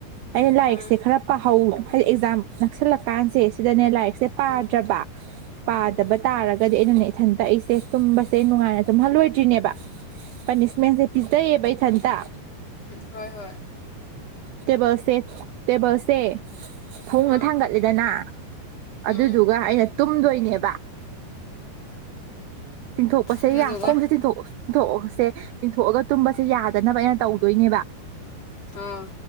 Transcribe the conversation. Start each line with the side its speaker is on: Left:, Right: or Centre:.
Right: ꯑꯩꯅ ꯂꯥꯏꯔꯤꯛꯁꯦ
Left: ꯎꯝ
Right: ꯈꯔ ꯄꯥꯍꯧ ꯍꯥꯏꯗꯤ ꯑꯦꯛꯖꯥꯝ ꯅꯛꯁꯜꯂꯛꯀꯥꯟꯁꯦ ꯁꯤꯗꯅꯦ ꯂꯥꯏꯔꯤꯛꯁꯦ ꯄꯥꯗ꯭ꯔꯕ
Left: ꯎꯝ
Right: ꯄꯥꯗꯕ
Left: ꯎꯝ
Right: ꯇꯥꯔꯒꯗꯤ ꯑꯩꯅꯅꯦ ꯏꯊꯟꯇ ꯑꯩꯁꯦ ꯇꯨꯝꯕꯁꯦ ꯅꯨꯡꯉꯥꯏꯅ ꯑꯗꯨꯝ ꯍꯜꯂꯣꯏꯗ꯭ꯔꯤꯅꯦꯕ ꯄꯥꯅꯤꯁꯃꯦꯟꯁꯦ ꯄꯤꯖꯩꯌꯦꯕ ꯏꯊꯟꯇ
Left: ꯎ ꯍꯣꯏ ꯍꯣꯏ
Right: ꯇꯦꯕꯜꯁꯦ ꯇꯦꯕꯜꯁꯦ ꯐꯃꯨꯡꯗ
Left: ꯎꯝ
Right: ꯊꯥꯡꯒꯠꯂꯦꯗꯅ ꯑꯗꯨꯗꯨꯒ
Left: ꯎꯝ
Right: ꯑꯩꯅ ꯇꯨꯝꯗꯣꯏꯅꯦꯕ ꯇꯤꯡꯊꯣꯛꯄꯁꯦ
Left: ꯑꯗꯨꯗꯨꯒ
Right: ꯌꯥꯈꯣꯡꯁꯦ ꯇꯤꯡꯊꯣꯛꯑꯁ ꯏꯊꯣꯛꯑꯁꯦ ꯏꯤꯡꯊꯣꯛꯑꯒ ꯇꯨꯝꯕꯁꯦ ꯌꯥꯗꯅꯕ ꯑꯩꯅ ꯇꯧꯗꯣꯏꯅꯦꯕ
Left: ꯑꯥ